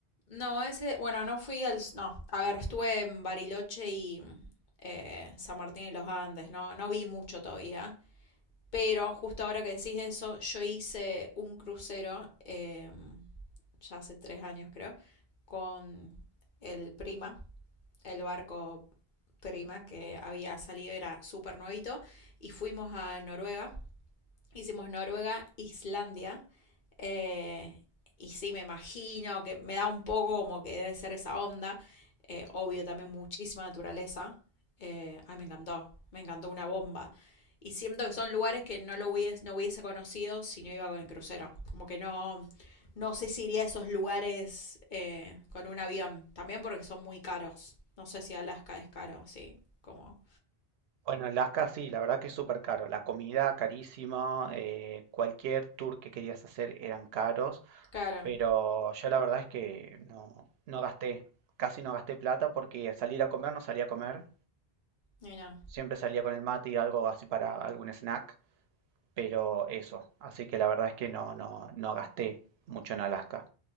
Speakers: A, on the left; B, on the right.
A: No, ese, bueno, no fui al, no, a ver, estuve en Bariloche y eh, San Martín y los Andes, no, no vi mucho todavía. Pero justo ahora que decís eso, yo hice un crucero, eh, ya hace tres años creo, con el Prima, el barco Prima que había salido, era súper nuevito, y fuimos a Noruega Hicimos Noruega, Islandia. eh, y sí, me imagino que me da un poco como que debe ser esa onda. eh, obvio, también muchísima naturaleza. eh, ay, me encantó. Me encantó una bomba. Y siento que son lugares que no lo hubiese, no hubiese conocido si no iba con el crucero. Como que no, no sé si iría a esos lugares eh, con un avión. También porque son muy caros. No sé si Alaska es caro, sí. Como.
B: Bueno, Alaska sí, la verdad que es súper caro. La comida carísima, eh, cualquier tour que querías hacer eran caros.
A: Claro.
B: Pero yo la verdad es que no, no gasté, casi no gasté plata porque salir a comer no salía a comer.
A: Mira.
B: Siempre salía con el mate y algo así para algún snack, pero eso. Así que la verdad es que no, no, no gasté mucho en Alaska.